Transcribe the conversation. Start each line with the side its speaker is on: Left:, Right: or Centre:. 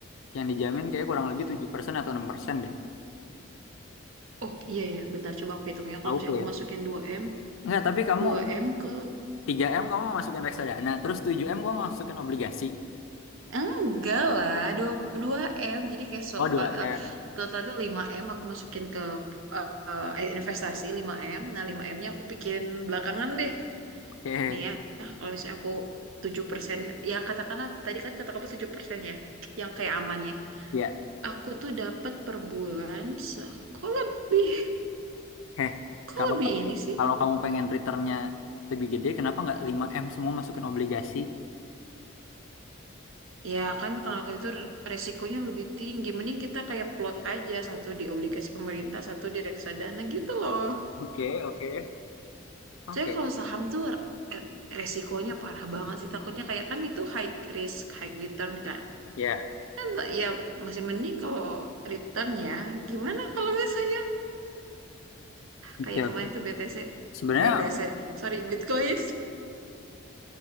Left: Yang dijamin kayak kurang lebih
Right: I-
Left: 7% atau 6% deh.
Right: Oh iya ya, bentar coba aku hitung ya. Kalau
Left: Auko
Right: misalnya aku
Left: ya.
Right: masukin dua m
Left: Enggak, tapi kamu
Right: dua m ke
Left: tiga m kamu masukin reksadana, nah, terus tujuh m kamu masukin obligasi.
Right: Enggak lah, dua dua M. Jadi kayak sofa,
Left: Oh, dua
Right: eh,
Left: m
Right: total tuh 5M aku masukin ke eh, eh, investasi lima m Nah, lima m nya aku pikirin belakangan deh.
Left: Oke.
Right: Nih ya, kalau misalnya aku tujuh persen ya katakanlah tadi kan kata kamu 7% ya, yang kayak amannya.
Left: Ya.
Right: Aku tuh dapat per bulan, se- kok lebih,
Left: Heh.
Right: kok
Left: Kalau
Right: lebih ini sih?
Left: kalau kamu pengen returnnya lebih gede, kenapa nggak lima m semua masukin obligasi?
Right: Ya kan kalau itu resikonya lebih tinggi. Mending kita kayak plot aja, satu di obligasi pemerintah, satu di reksadana gitu loh.
Left: Oke, oke. Oke.
Right: Saya kalau saham tuh re- resikonya parah banget sih. Takutnya kayak kan itu high risk, high return kan.
Left: Ya.
Right: Kan ya masih mending kalau return ya. Gimana kalau misalnya
Left: Oke.
Right: kayak kemarin tuh BTC,
Left: Sebenarnya
Right: BTC, sorry Bitcoin. <laughs>